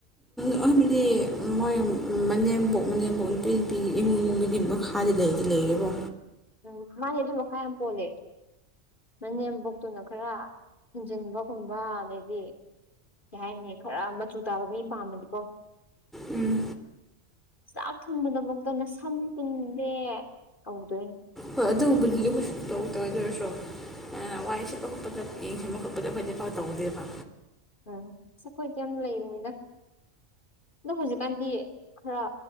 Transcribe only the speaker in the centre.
ꯍꯥꯏꯕꯗꯤ ꯃꯣꯏ ꯃꯅꯦꯝꯕꯣꯛ ꯃꯅꯦꯝꯕꯣꯛ ꯅꯨꯄꯤ ꯅꯨꯄꯤꯒꯤ ꯏꯃꯨꯡ ꯃꯅꯨꯡꯒꯤꯗꯤꯃꯛ ꯊꯥꯗꯤ ꯂꯩꯗꯤ ꯂꯩꯒꯦꯕꯣ
ꯎꯝ
ꯍꯣꯏ ꯑꯗꯨꯒꯨꯝꯕꯗꯨꯗ ꯀꯣꯏꯁꯨ ꯇꯣꯛꯇ ꯑꯣꯏꯗꯔꯁ꯭ꯔꯣ ꯋꯥꯏ ꯁꯠꯄ ꯈꯣꯠꯄꯗ ꯌꯦꯡ ꯁꯟꯕ ꯈꯣꯠꯄꯗ ꯑꯩꯈꯣꯏꯦꯐꯥꯎ ꯇꯧꯗꯦꯕ